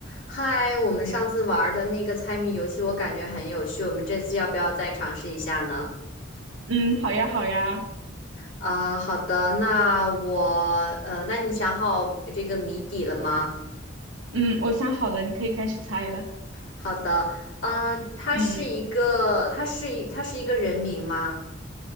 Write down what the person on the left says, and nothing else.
嗨，我们上次玩的那个猜谜游戏，我感觉很有趣，我们这次要不要再尝试一下呢？
啊、好的，那我呃，那你想好这个谜底了吗？
好的，呃，它是一个，
它是一，它是一个人名吗？